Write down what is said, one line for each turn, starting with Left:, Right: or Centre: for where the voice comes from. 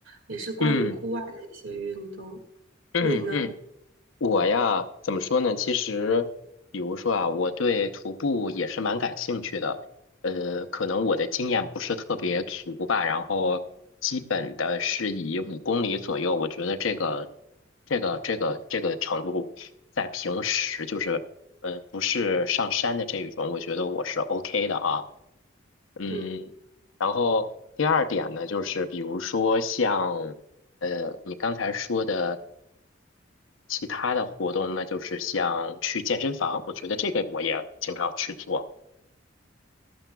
Right: 也是关于户外的一些运动。
Left: 嗯嗯嗯，
Right: 你呢？
Left: 我呀怎么说呢？其实，比如说啊，我对徒步也是蛮感兴趣的，呃，可能我的经验不是特别足吧，然后基本的是以五公里左右，我觉得这个这个这个这个程度，在平时就是，呃，不是上山的这一种，我觉得我是 OK 的啊。嗯，
Right: 嗯，
Left: 然后第二点呢，就是比如说像，呃，你刚才说的其他的活动，那就是像去健身房，我觉得这个我也经常去做。